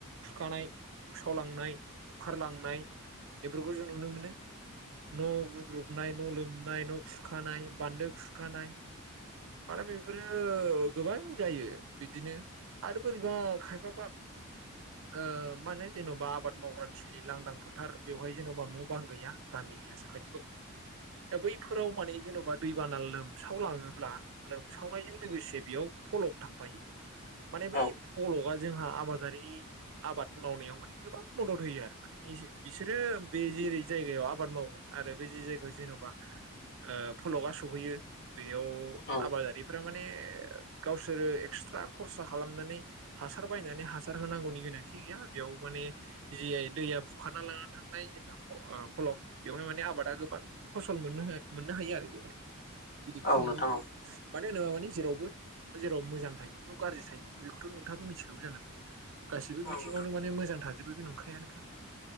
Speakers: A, on the right; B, on the left.
A: खुखानाय बुसावलांनाय बुखारलांनाय बेफोरखौ जों नुनो मोनो। न' गुग्रुबनाय, न' लोमनाय, न' खुरखानाय, बान्दो खुरखानाय, माने बेफोरो गोबां जायो। बिदिनो आरो बोरैबा खायफाबा ओ माने जेन'बा आबाद मावग्रा थि लि लांदां फोथार बेवहाय जेन'बा न' बां गैया गामि गैया साखाथि बाखाथि। दा बैफोराव माने जेन'बा दैबाना लोमसावलाङोब्ला लोमसावनायजों लोगोसे बेयाव फलक थांफायो। माने
B: औ
A: बै फलगा जोंहा आबादारि आबाद मावनायाव माने गोबां मदद होयो आरो माने। एसे बिसोरो बे जेरै जायगायाव आबाद मावगोन आरो बे जे जायगा जेन'बा। ओ फलगआ सहैयो। बेयाव
B: औ
A: आबादारिफोरा माने गावसोरो एक्सट्रा खरसा खालामनानै हासार बायनानै हासार होनांगौनि गोनांथि गैया बेयाव माने जि दैया बुखारना लानानै थांनाय जोंहा फ ओ फलक बेवहाय माने आबादा गोबां फसल मोननोहो मोननो हायो आरो बेबायदि बिदिखौ
B: औ
A: जों नुनो
B: नोंथां
A: मोनो
B: औ नोंथां औ
A: मानो होनोबा माने जेरावबो जेराव मोजां थायो बेयाव गाज्रि थायो बेखौथ' नो थाङा मिथिखागौ जानांगौ गाससिबो
B: हागोन
A: बिथिङावनो माने मोजां थाजोबो बे नंखायानोखा